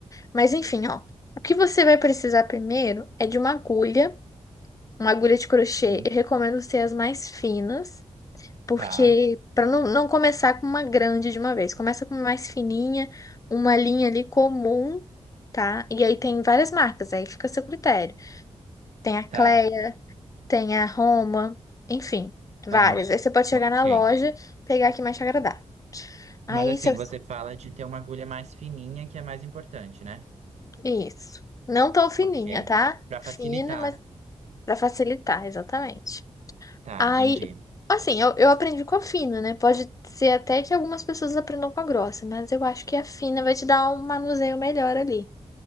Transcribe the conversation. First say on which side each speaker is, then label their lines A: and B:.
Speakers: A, on the left; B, on the right.
A: mas enfim, ó. O que você vai precisar primeiro é de uma agulha, uma agulha de crochê.
B: Hum,
A: Eu recomendo ser as mais finas. Porque
B: tá,
A: para não, não começar com uma grande de uma vez, começa com uma mais fininha, uma linha ali comum, tá? E aí tem várias marcas, aí fica a seu critério. Tem a Cleia,
B: tá.
A: tem a Roma, enfim, várias.
B: Ah,
A: Aí você pode chegar
B: ok.
A: na loja, pegar a que mais te agradar. Aí
B: Mas assim,
A: você.
B: você fala de ter uma agulha mais fininha, que é mais importante, né?
A: Isso. Não tão fininha,
B: Ok.
A: tá?
B: Pra
A: Fina,
B: facilitar.
A: mas para facilitar, exatamente.
B: Tá,
A: Aí,
B: entendi.
A: assim, eu, eu aprendi com a fina, né? Pode ser até que algumas pessoas aprendam com a grossa, mas eu acho que a fina vai te dar um manuseio melhor ali.